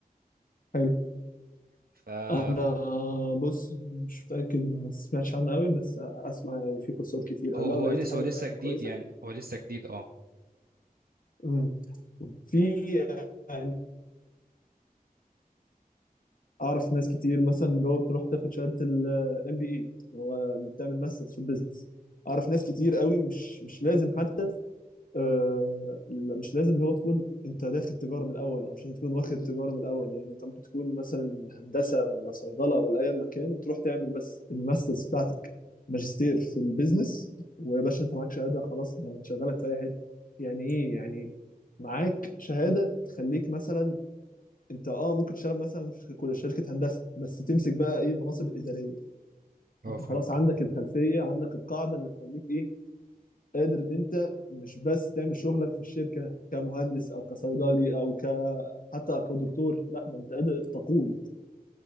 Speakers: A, on the left; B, on the right.
A: حلو
B: ف
A: انا بص مش متاكد ما سمعتش عنه قوي بس اسمع يعني في كورسات كتير
B: هو
A: او لو
B: هو
A: لقيت
B: لسه
A: حاجه
B: هو لسه
A: فعلا
B: جديد
A: كويسه
B: يعني هو لسه جديد اه
A: مم. في يعني اعرف ناس كتير مثلا اللي هو بتروح تاخد شهاده الام بي اي اللي هو بتعمل ماسترز في البيزنس اعرف ناس كتير قوي مش مش لازم حتى آه، لا- مش لازم اللي هو تكون انت داخل تجاره من الاول او مش لازم تكون واخد تجاره من الاول يعني انت ممكن تكون مثلا هندسه ولا صيدله ولا اي مكان وتروح تعمل بس الماسترز بتاعتك ماجستير في البيزنس ويا باشا انت معاك شهاده خلاص ده هتشغلك في اي حته يعني ايه يعني معاك شهاده تخليك مثلا انت اه ممكن تشتغل مثلا في كل شركه هندسه بس تمسك بقى ايه المناصب الاداريه
B: اه
A: انت
B: فهمت
A: خلاص عندك الخلفيه عندك القاعده اللي تخليك ايه قادر ان انت مش بس تعمل شغلك في الشركه كمهندس او كصيدلي او ك حتى كدكتور لا ده انت قادر تقود